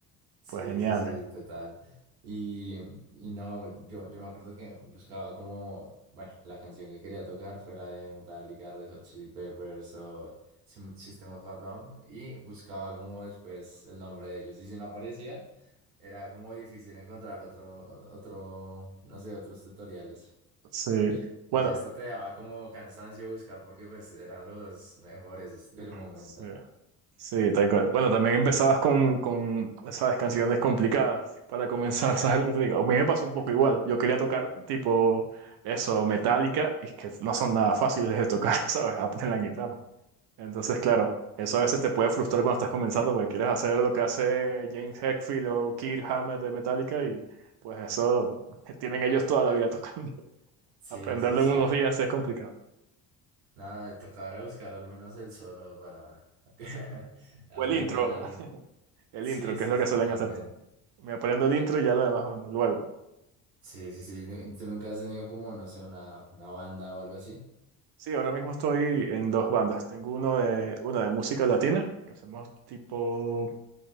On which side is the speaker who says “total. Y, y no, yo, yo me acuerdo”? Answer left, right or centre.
Right